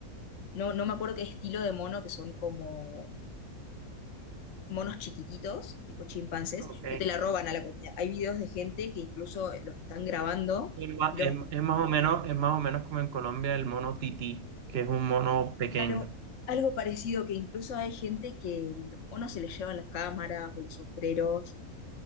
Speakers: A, on the left (about 60°); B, on the right (about 55°).
A: no, no me acuerdo qué estilo de mono, que son como monos chiquititos, tipo chimpancés,
B: ok.
A: que te la roban a la comida. Hay videos de gente que incluso los están grabando
B: Es ma-
A: y los...
B: es- es más, o menos, es más o menos como en Colombia el mono tití, que es un mono pequeño.
A: Algo, algo parecido, que incluso hay gente que los monos se les llevan las cámaras o los sombreros.